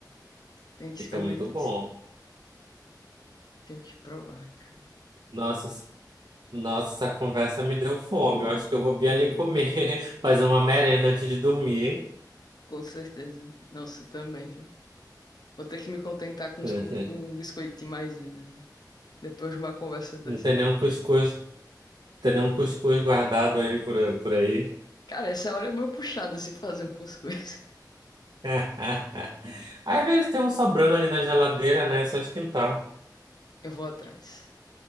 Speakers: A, on the left; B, on the right.
A: Tenho que
B: Fica
A: experimentar
B: muito bom.
A: isso aí. Tenho que provar, cara.
B: Nossa, s- nossa, essa conversa me deu fome. Eu acho que eu vou bem ali comer, <laughs> fazer uma merenda antes de dormir.
A: Com certeza. Nossa, também, viu? Vou ter que me contentar com uns
B: <laughs>
A: co- um biscoitinho mais ainda, né? Depois de uma conversa dessa.
B: Não tem nenhum cuscuz, tem nenhum cuscuz guardado aí por, por aí.
A: Cara, essa hora é meio puxada se fazer um cuscuz.
B: <laughs> Às vezes tem um sobrando ali na geladeira, né? É Só esquentar.
A: <laughs> Eu vou atrás.